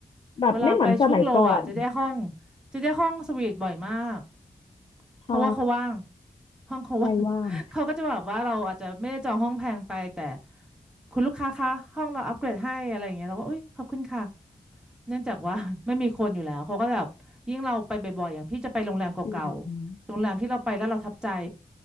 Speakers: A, on the left; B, in the centre.
A: แบบไม่เหมือนสมัยก่อน
B: เวลาไปช่วงโลอ่ะจะได้ห้องจะได้ห้องสวีทบ่อยมาก
A: ใช่
B: เพราะว่าเขาว่างห้องเขาว่าง
A: ไปว่าง
B: <laughs> เขาก็จะแบบว่าเราอาจจะไม่ได้จองห้องแพงไปแต่คุณลูกค้าคะห้องเราอัปเกรดให้อะไรอย่างเงี้ยเราก็อุ้ยขอบคุณค่ะเนื่องจากว่า <laughs> ไม่มีคนอยู่แล้วเขาก็แบบยิ่งเราไปบ่อยๆอย่างพี่จะไปโรงแรมเก่าๆโรงแรมที่เราไปแล้วเราทับใจ
A: อืม